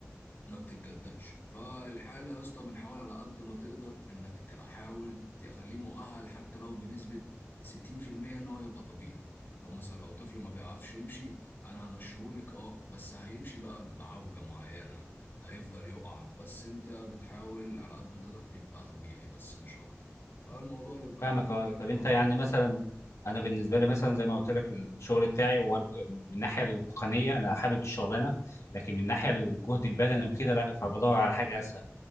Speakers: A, on the left; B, on the left.
A: ما بتتجددش فالحالة يا اسطى بنحاول على قد ما تقدر انك تحاول تخليه مؤهل حتى لو بنسبة 60% ان هو يبقى طبيعي لو مثلا لو طفل ما بيعرفش يمشي انا همشيهولك اه بس هيمشي بقى بعوجة معينة هيفضل يقع بس انت بتحاول على قد ما تقدر تبقى طبيعي بس مش اكتر فالموضوع بيبقى
B: فاهمك
A: ممتع
B: اه طب انت
A: اه
B: يعني مثلا انا بالنسبه لي مثلا زي ما قلت لك الشغل بتاعي هو ال- من الناحيه التقنيه انا حابب الشغلانه لكن من الناحيه الجهد البدني وكده لا فبدور على حاجه اسهل